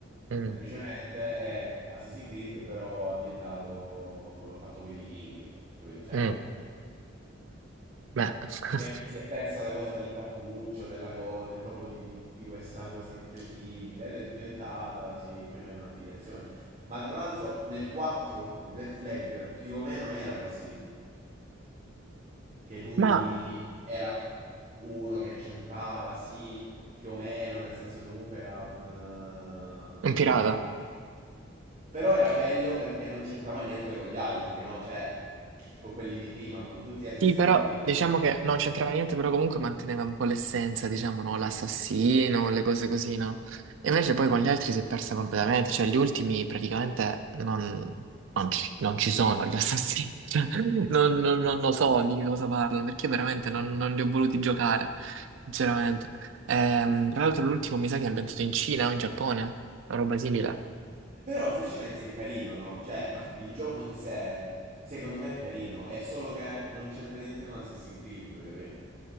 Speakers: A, on the right (about 70°); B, on the right (about 35°).
A: Mm.
B: Semplicemente è Assassin's Creed però ambientato come fatto con i vichinghi, capito? Cioè,
A: Mm, beh, <laughs>
B: si è, si è persa la cosa del cappuccio, della co- del- proprio di, di- di questa cosa incredibile ed è diventata, sì, più o meno un'affiliazione. Ma tra l'altro nel 4 il Black Flag più o meno era così, che lui
A: ma
B: era uno che c'entrava, sì, più o meno, nel senso che comunque era un, eh,
A: un
B: un
A: pirata.
B: pirata. Però era bello perché non c'entrava niente con gli altri, no? Cioè, con quelli di prima, con tutti gli Assassin's
A: Sì, però
B: Creed prima.
A: diciamo che non c'entrava niente, però comunque manteneva un po' l'essenza, diciamo, no?
B: Sì.
A: L'assassino, le cose così, no? E invece poi con gli altri si è persa completamente, cioè gli ultimi praticamente non, non ci, non ci sono gli assassini, <laughs> Cioè, non, non- non lo so di che cosa parlano, perché veramente non, non li ho voluti giocare, sinceramente. Ehm, tra l'altro l'ultimo mi sa che è ambientato in Cina o in Giappone, una roba simile.
B: Però se ci pensi è carino, no? Cioè, il gioco in sé, secondo me è carino, è solo che non c'entra niente con Assassin's Creed, capì?